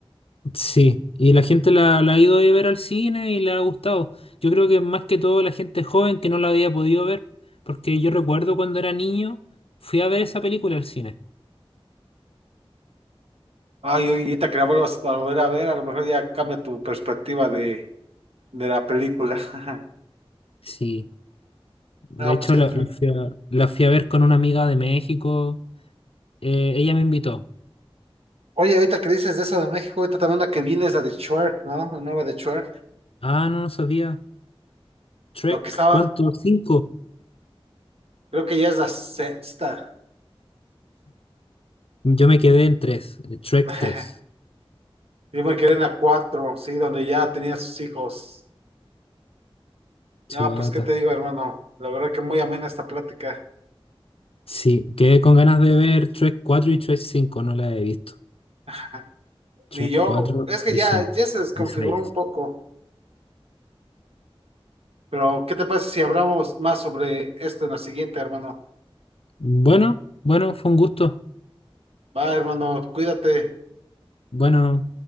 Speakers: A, on the left; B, on the right.
A: Sí, y la gente la, la ha ido a ver al cine y le ha gustado. Yo creo que más que todo la gente joven que no la había podido ver, porque yo recuerdo cuando era niño, fui a ver esa película al cine.
B: Ay, oye, ahorita que la vuelvas a volver a ver, a lo mejor ya cambia tu perspectiva de, de la película. <laughs>
A: Sí, de
B: No,
A: hecho
B: pues que...
A: la, la fui a, la fui a ver con una amiga de México, eh, ella me invitó.
B: Oye, ahorita que dices de eso de México, ahorita también la que viene es la de Shrek, ¿no? La nueva de Shrek.
A: Ah, no, no sabía. Trek,
B: Lo que estaba...
A: ¿cuánto? ¿Cinco?
B: Creo que ya es la sexta.
A: Yo me quedé en tres, eh, Trek
B: <laughs>
A: tres.
B: Yo me quedé en la cuatro, sí, donde ya tenía sus hijos.
A: Chubata.
B: No, pues qué te digo, hermano. La verdad que muy amena esta plática.
A: Sí, quedé con ganas de ver Trek 4 y Trek 5, no la he visto.
B: <laughs>
A: Trek
B: Ni yo,
A: 4
B: es que
A: y
B: ya,
A: cinco
B: ya se desconfiguró
A: y seis.
B: un poco. Pero, ¿qué te parece si hablamos más sobre esto en la siguiente, hermano?
A: Bueno, bueno, fue un gusto.
B: Va, hermano, cuídate.
A: Bueno,